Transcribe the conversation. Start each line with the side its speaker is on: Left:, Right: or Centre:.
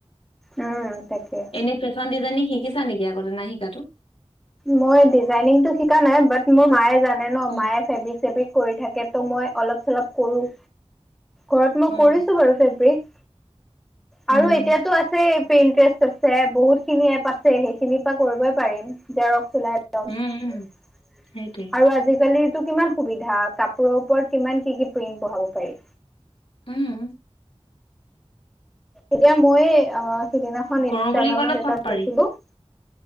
Centre: উম তাকে
Left: এনেই ফেশ্বন ডিজাইনিং শিকিছা নেকি আগতে নাই শিকাটো
Centre: মই ডিজাইনিং টো শিকা নাই বাট মোৰ মায়ে জানে ন
Left: উম
Centre: মায়ে ফেব্ৰিক চেব্ৰিক কৰি থাকে তো মই অলপ চলপ কৰোঁ। ঘৰত মই
Left: উম
Centre: কৰিছোঁ বাৰু ফেব্ৰিক।
Left: উম
Centre: আৰু এতিয়াতো আছে ইন্টাৰেষ্ট আছে বহুত খিনি এপ আছে সেইখিনিৰ পৰা কৰিবই পাৰিম জেৰক্স। <unintelligible>
Left: উম উম সেইটোৱে
Centre: আৰু আজিকালি টো কিমান সুবিধা, কাপোৰৰ ওপৰত কিমান কি কি প্ৰিন্ট বহাব পাৰি।
Left: উম।
Centre: এতিয়া মই সিদিনাখন
Left: কৰো
Centre: ইনষ্টাগ্ৰামত
Left: বুলি ক'লে চব
Centre: এটা
Left: পাৰি
Centre: দেখিলো